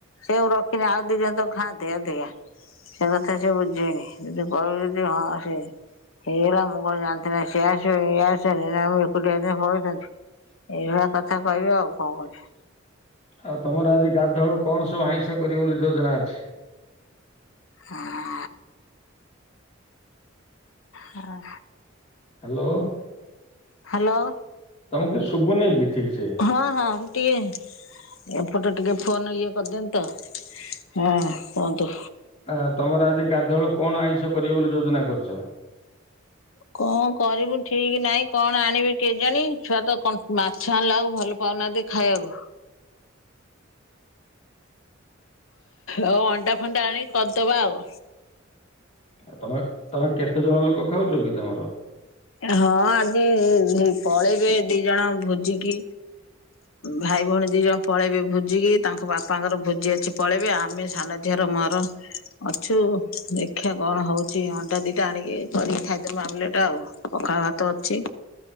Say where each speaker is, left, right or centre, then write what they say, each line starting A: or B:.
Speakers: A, on the left; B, on the left.
A: ସେଇଆକୁ ରଖିନେ ଆଉ ଦି ଜଣ ତ ଖାଆନ୍ତେ ଅଧିକା। ସେ କଥା ସେ ବୁଝି ବେକି ଯଦି କହିବୁ ଯଦି ହଁ ସେ ହେଇଗଲା ମୁଁ କଣ ଜାଣିଥିନି ସେ ଆସିବ ଇଏ ଆସିବ <unintelligible> ଏଇଭଳିଆ କଥା କହିବେ ଆଉ କଣ କରିବେ।
B: ଆଉ ତମର ଆଜି ଗାଧଆଳୁ କଣ ସବୁ ଆଇଁଷ କରିବ ବୋଲି ଯୋଜନା ଅଛି?
A: ହୁଁ। ହଁ।
B: ହ୍ୟାଲୋ।
A: ହ୍ୟାଲୋ।
B: ତମକୁ କିଛି ଶୁଭୁନିକି କି ଠିକ ସେ?
A: ହଁ ହଁ ମୁଁ ଟିକେ ଏପଟେ ଟିକେ ଫୋନ ଇଏ କରିଦେନିତ ହଁ କୁହନ୍ତୁ?
B: ଆ ତମର ଆଜି ଗାଧୁଆଳୁ କଣ ଆଇଁଷ କରିବ ବୋଲି ଯୋଜନା କରିଛ?
A: କଣ କରିବୁ ଠିକି ନାଇଁ କଣ ଆଣିବି କେଜାଣି ଛୁଆ ତ କ ମାଛ ଆଣିଲା ବେଳକୁ ଭଲ ପାଉନାହାଁନ୍ତି। ଖାଇବାକୁ। ଆଉ ଅଣ୍ଡା ଫଣ୍ଡା ଆଣିକି କରିଦବା ଆଉ।
B: ଆଉ ତମେ ତମେ କେତେ ଜଣ ଲୋକ ଖାଉଛ କି ତମର?
A: ହଁ ଆଜି ଝି ପଳେଇବେ ଦି ଜଣ ଭୋଜିକି। ଭାଇ ଭଉଣୀ ଦି ଜଣ ପଳେଇବେ ଭୋଜିିକି ତାଙ୍କ ବାପାଙ୍କର ଭୋଜି ଅଛି ପଳେଇବେ ଆମେ ସାନ ଝିଅର ମର ଅଛୁ ଦେଖା କଣ ହଉଛି ଅଣ୍ଡା ଦିଟା ଆଣିକି କରିକି ଖା ମାମଲେଟେ ଆଉ ପଖାଳ ଭାତ ଅଛି।